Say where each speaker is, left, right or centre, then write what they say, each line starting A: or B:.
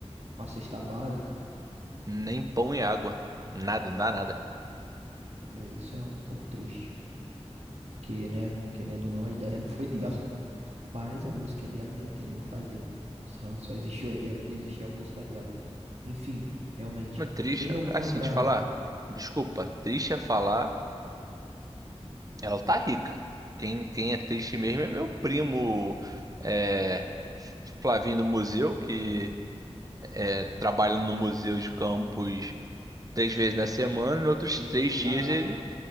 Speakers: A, on the right (about 75°); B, on the right (about 35°).
A: uma cesta básica.
B: Nem pão e água. Nada, não dá nada.
A: É, Isso é um pouco triste. Porque, né, querendo ou não, a ideia não foi <laughs> dela. Mas a música é dela, né? Não tem nem o que fazer. Só, só existiu a ideia porque existia a música dela. Enfim, realmente.
B: Mas triste,
A: Tem alguma
B: assim,
A: outra
B: te falar. Desculpa, trisha é falar, ela tá rica. Quem, quem é triste mesmo é meu primo é, Flavinho do Museu, que é, trabalha no Museu de Campos três vezes na semana, e nos outros
A: Museu
B: três
A: Goitacá?
B: dias ele
A: <laughs>